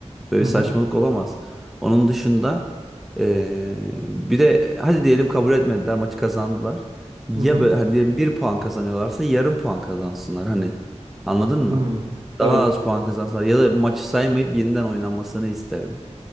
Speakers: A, in the centre; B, on the right (about 45°).
A: Böyle
B: Hı
A: bir
B: hı.
A: saçmalık olamaz. Onun dışında eee, bir de hadi diyelim kabul etmediler maçı kazandılar. Ya
B: Hı hı.
A: böyle hani diyelim bir puan kazanıyorlarsa yarım puan kazansınlar hani. Anladın mı?
B: Hı.
A: Daha
B: Evet.
A: az puan kazansınlar ya da maçı saymayıp yeniden oynanmasını isterim.